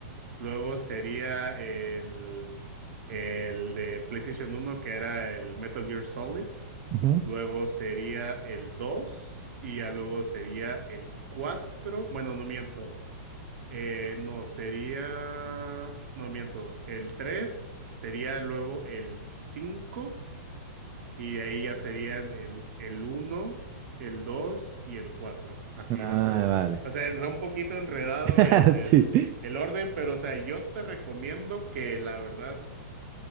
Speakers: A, on the right; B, on the right.
A: luego sería el, el de PlayStation uno que era el Metal Gear Solid.
B: ujú.
A: Luego sería el 2 y ya luego sería el cuatro Bueno, no miento. Eh, no, sería... No miento. El 3 sería luego el 5 y de ahí ya serían el, el uno el 2 y el cuatro Así
B: Ah,
A: más o menos.
B: vale.
A: O sea, está un poquito enredado
B: <laughs>
A: el, el,
B: Sí,
A: el orden, pero o sea, yo te recomiendo que la verdad